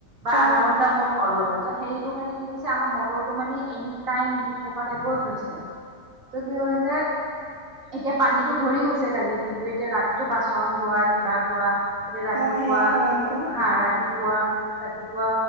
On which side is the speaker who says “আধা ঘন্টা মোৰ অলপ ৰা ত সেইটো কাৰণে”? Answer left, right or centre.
Right